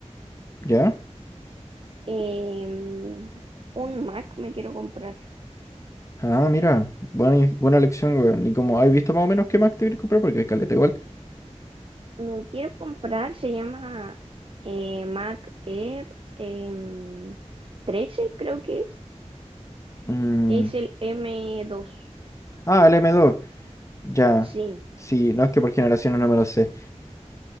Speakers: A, on the left (about 25°); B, on the right (about 50°).
A: ¿Ya?
B: em, un Mac me quiero comprar.
A: Ah, mira, buena, buena elección weón. Y como has visto más o menos qué Mac te quieres comprar, porque hay caleta igual.
B: Me quiero comprar, se llama eh, Mac Air em, 13, creo que es.
A: Mm,
B: Es el m dos
A: Ah, el M2, ya.
B: Sí,
A: Sí, no es que por generaciones no me lo sé,